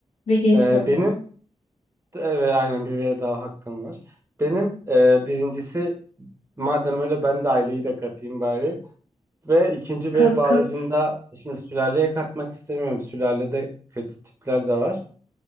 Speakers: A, on the left; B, on the right.
A: Ve genç
B: Ee,
A: kalıyoruz.
B: benim evet aynen bir veda hakkım var. Benim e, birincisi madem öyle ben de aileyi de katayım bari. Ve ikinci
A: Kat
B: V bağlacında
A: kat.
B: şimdi sülaleye katmak istemiyorum. Sülalede kötü tipler de var.